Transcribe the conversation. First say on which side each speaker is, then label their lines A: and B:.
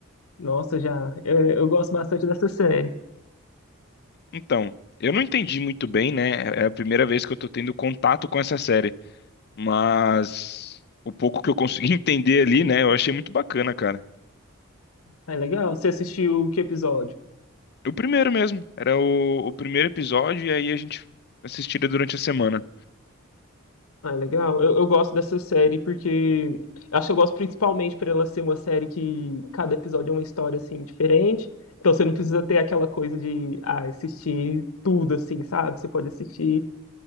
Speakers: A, on the left (about 85°); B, on the left (about 50°).
A: Nossa, já, é, eu gosto bastante dessa série.
B: Então, eu não entendi muito bem, né? É é a primeira vez que eu tô tendo contato com essa série, mas o pouco que eu consegui <laughs> entender ali, né? Eu achei muito bacana, cara.
A: É legal? Você assistiu que episódio?
B: O primeiro mesmo, era o, o primeiro episódio e aí a gente assistia durante a semana.
A: Ah, é legal. Eu, eu gosto dessa série porque acho que eu gosto principalmente por ela ser uma série que cada episódio é uma história assim diferente. Então você não precisa ter aquela coisa de ah, assistir tudo assim, sabe? Você pode assistir